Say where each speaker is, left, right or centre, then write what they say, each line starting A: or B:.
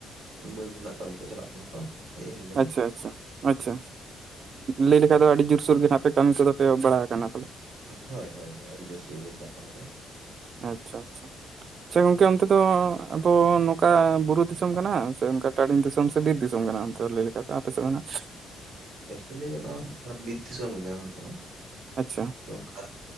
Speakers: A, on the right; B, on the right.
A: ᱵᱟᱹᱫᱽ ᱨᱮᱱᱟᱜ ᱠᱟᱹᱢᱤ ᱠᱚ ᱪᱟᱞᱟᱜ ᱠᱟᱱᱟ ᱛᱚ᱾ ᱦᱮᱡ ᱦᱩᱭ ᱟᱠᱟᱱᱟ
B: ᱟᱪᱪᱷᱟ ᱟᱪᱪᱷᱟ ᱟᱪᱪᱷᱟ ᱞᱟᱹᱭ ᱞᱮᱠᱷᱟᱡ ᱫᱚ ᱟᱹᱰᱤ ᱡᱳᱨᱥᱳᱨ ᱜᱮ ᱱᱦᱟᱸᱜ ᱯᱮ ᱠᱟᱹᱢᱤ ᱠᱚᱫᱚ ᱯᱮ ᱮᱦᱚᱵ ᱵᱟᱲᱟᱮ ᱠᱟᱱᱟ ᱯᱟ
A: ᱦᱳᱭ ᱦᱳᱭ ᱦᱳᱭ ᱟᱹᱰᱤ ᱡᱳᱨ ᱥᱳᱨ ᱨᱮ ᱜᱮ ᱪᱟᱞᱟᱜ ᱠᱟᱱ ᱛᱟᱞᱮᱭᱟ᱾
B: ᱟᱪᱪᱷᱟ ᱟᱪᱷᱟ
A: <inaudible>
B: ᱪᱷᱟ ᱜᱚᱝᱠᱮ ᱚᱱᱛᱮ ᱫᱚ ᱟᱵᱚ ᱱᱚᱠᱟ ᱵᱩᱨᱩ ᱫᱤᱥᱚᱢ ᱠᱟᱱᱟ ᱥᱮ ᱚᱱᱠᱟ ᱴᱟᱲᱤᱝ ᱫᱤᱥᱚᱢ ᱥᱮ ᱵᱤᱨ ᱫᱤᱥᱚᱢ ᱠᱟᱱᱟ? <unintelligible>
A: ᱮᱠᱪᱩᱭᱞᱤ ᱵᱤᱨ ᱫᱤᱥᱚᱢ ᱜᱮ ᱠᱟᱱᱟ ᱱᱚᱛᱮ ᱦᱚᱸ᱾
B: ᱟᱪᱪᱷᱟ
A: ᱛᱚ ᱚᱝᱠᱟ